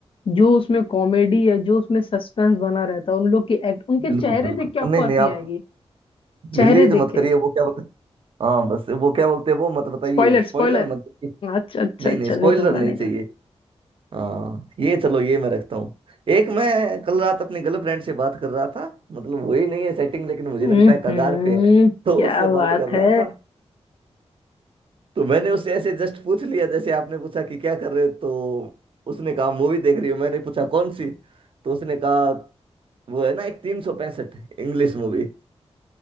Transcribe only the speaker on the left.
जो उसमें कॉमेडी है जो उसमें सस्पेंस बना रहता है उन लोग की एक्ट उनके चेहरे
देख के आपको
हंसी
आएगी चेहरे
देख
के
Spoiler
spoiler
अच्छा अच्छा
अच्छा
नहीं दूंगा
नहीं
दूंगा
हम्म
क्या
बात
है